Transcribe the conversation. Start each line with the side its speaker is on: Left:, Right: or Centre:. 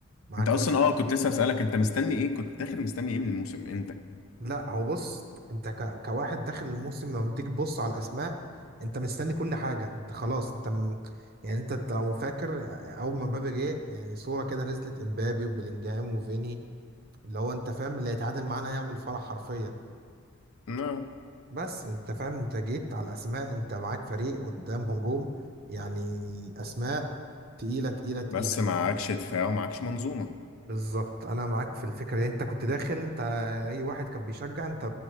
Right: معاك
Left: انت اصلا
Right: مثلا
Left: اه كنت
Right: ايه
Left: لسه اسالك انت مستني ايه كنت داخل مستني ايه من الموسم امتى
Right: لا هو بص انت ك... كواحد داخل الموسم لما تيجي تبص على الاسماء انت مستني كل حاجة انت خلاص انت م... يعني انت أنت لو فاكر اول ما مبابي جه يعني صورة كده نزلت امبابي وبيلينجهام وفيني اللي هو انت فاهم اللي هيتعادل معانا هيعمل فرح حرفيا
Left: لا
Right: بس انت فاهم انت جيت على اسماء انت معاك فريق قدام هجوم يعني اسماء تقيله تقيله تقيله
Left: بس معكش دفاع ومعكش منظومه
Right: بالظبط انا معاك في الفكره دي انت كنت داخل انت اي واحد كان بيشجع انت